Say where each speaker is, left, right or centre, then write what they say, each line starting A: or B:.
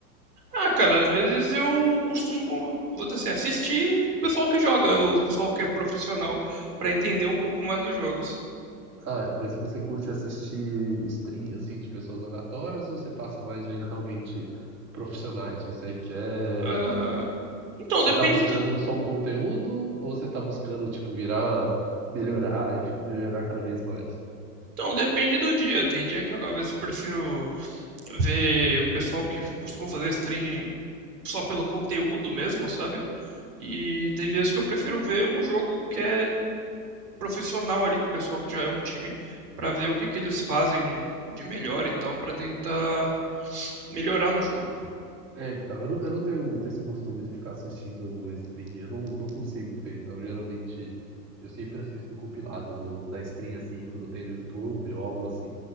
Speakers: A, on the right; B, on the right.
A: Ah, cara, às vezes eu costumo, vou dizer assim, assistir o pessoal que joga, o pessoal que é profissional, pra entender um pouco mais dos jogos.
B: Ah, mas você curte assistir stream assim de pessoas aleatórias ou você passa mais vendo realmente profissionais? Você quer.
A: Ah, então,
B: Você
A: depende
B: tá buscando
A: do,
B: só o conteúdo ou você tá buscando, tipo, virar, melhorar e melhorar cada vez mais?
A: então, depende do dia. Tem dia que eu, às vezes eu prefiro ver o pessoal que costuma fazer stream só pelo conteúdo mesmo, sabe? E tem vezes que eu prefiro ver um jogo que é profissional ali, com o pessoal que já é um time, pra ver o que que eles fazem de melhor e tal, pra tentar melhorar no jogo.
B: É, então, eu não, eu não tenho muito esse costume de ficar assistindo stream, eu não, não consigo ver, então geralmente eu sempre assisto o compilado do, da stream assim, quando tem no YouTube ou algo assim.